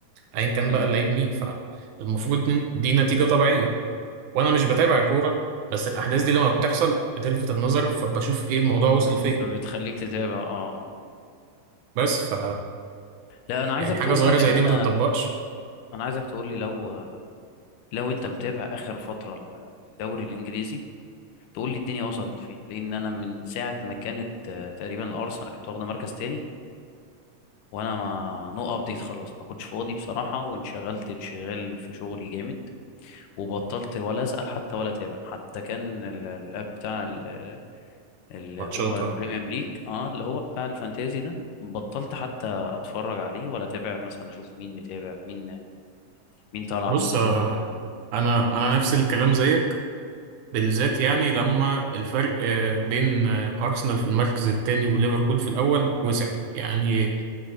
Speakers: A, on the right (about 75°); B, on the left (about 80°).
A: ايا كان
B: أمم.
A: بقى اللعيب مين فالمفروض إن دي نتيجه طبيعيه وانا مش بتابع كوره بس الاحداث دي لما بتحصل بتلفت النظر فبشوف ايه الموضوع وصل فين
B: فبتخليك تتابع اه اه
A: بس ف
B: لا انا عايزك
A: يعني حاجه
B: تقول
A: صغيره
B: لي عشان
A: زي دي
B: انا
A: ما تتطبقش
B: انا عايزك تقول لي لو لو انت متابع اخر فتره الدوري الانجليزي تقول لي الدنيا وصلت لفين لان انا من ساعه ما كانت آه، تقريبا الارسنال كانت واخده مركز تاني وانا ما نو ابديت خلاص ما كنتش فاضي بصراحه وانشغلت انشغال في شغلي جامد وبطلت ولا اسال حتى ولا اتابع حتى كان ال- الاب بتاع ال- اللي
A: ماتشات
B: هو البريمير
A: اه
B: ليج اه اللي هو بتاع الفانتازي ده بطلت حتى اتفرج عليه ولا اتابع مثلا اشوف مين متابع مين مين طالع
A: بص
B: مين نزل
A: آه،
B: الكلام ده
A: انا انا نفس الكلام زيك بالذات يعني لما الفرق آه، بين آه، ارسنال في المركز الثاني وليفربول في الاول وسع يعني